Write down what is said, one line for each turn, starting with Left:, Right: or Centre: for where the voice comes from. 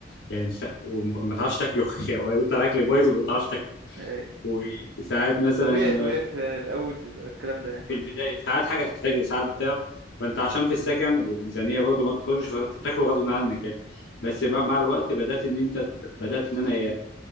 Left: يعني س... وما تعرفش تاكله <laughs> يعني ويطلع الاكل بايظ وما تعرفش تاكله
Right: ايوه
Left: وساعات مثلا
Right: طبيعي طبيعي في الاول بيبقى الكلام ده يعني
Left: في البدايه ساعات حاجه تتحرق ساعات بتاع فانت عشان في السكن والميزانيه برضه ما تخرجش فانت بتاكله غصب عنك يعني بس بقى مع الوقت بدات ان انت بدات ان انا